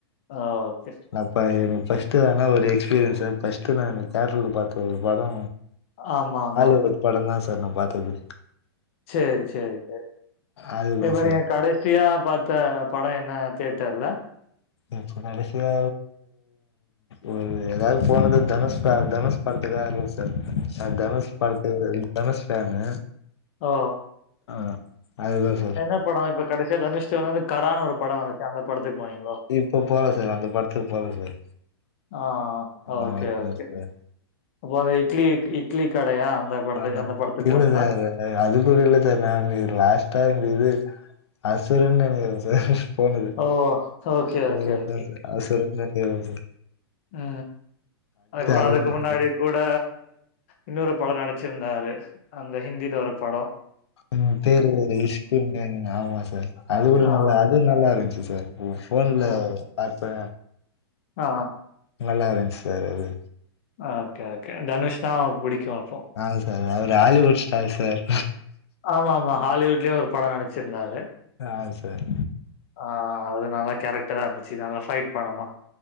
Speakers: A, on the left; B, on the left.
A: ஆ ஓகே.
B: நா பா எனக்கு ஃபஸ்ட்டு வேணா ஒரு எக்ஸ்பீரியன்ஸ் ஃபர்ஸ்ட்டு நானு தேட்டுர்ல பாத்த ஒரு படோ
A: ஆமா, ஆமா.
B: ஆலிவுட் படோந் தா சார் நா பாத்தது
A: செரி செரி செரி
B: அதுதா
A: இப்ப
B: சார்
A: ஏ கட சியா பாத்த படொ என்ன தியட்டர்ல
B: இப்போ கடைசியா ஒரு <unintelligible> ஏதாவ்து போனது தனுஷ்க தனுஷ் படத்துகா <unintelligible> தனுஷ்படத்து தனுஷ் ஃபேனு
A: ஓ
B: அவ்ள்தா அது
A: என்ன படோ இப்போ கடைசியா தனுஷ் வந்து கரான்னு ஒரு படம் வந்துச்சு அந்த படத்துக்கு போனீங்ளோ
B: இப்போ போல சார் அந்த படத்துக்கு போல சார்
A: ஆ
B: ஆ
A: ஓகே
B: அதுதா
A: ஓகே
B: சார்
A: அப்போ அந்த இட்லி இட்லி கடையா அந்த படத்துக்கு
B: ஆ
A: அந்த படத்துக்கு
B: இல்ல
A: போனீங்களா?
B: சாரு அது அதுகூட இல்ல சார் நா நீ லாஸ்ட்டா இந்த இது அசுரன் நெனக்கிறேன் சார் போனது
A: ஓ! ஓகே,
B: அவ்ள
A: ஓகே, ஓகே.
B: தா சார் அசுரன்தா <unintelligible>
A: அ அதுக்கப்றோ
B: அதுதான்
A: அதுக்கு முன்னாடி
B: சார்.
A: கூட இன்னொரு படொ நடிச்சிருந்தாரு அந்த ஹிந்தில ஒரு படொ
B: ம் பேர் <unintelligible> ஆமா சார் அது
A: அ
B: கூட
A: ஆ
B: நல்லா அது நல்லா இருந்ச்சு சார் ஃபோன்ல
A: ஆ
B: பாத்த
A: ஆ
B: நல்லா இருந்ச்சு சார் அது
A: ஆ ஓகே ஓகே இ தனுஷ்தா புடிக்கூ அப்போ
B: ஆ சார் அவுரு ஆலிவுட் ஸ்டார் சார்
A: ஆமா ஆமா ஹாலிவுட்லயு ஒரு படொ நடிச்சிருந்தாரு
B: யாரு சார்
A: ஆ அது நல்லா கேரக்டரா இருந்துச்சு நல்ல ஃபைட் படமா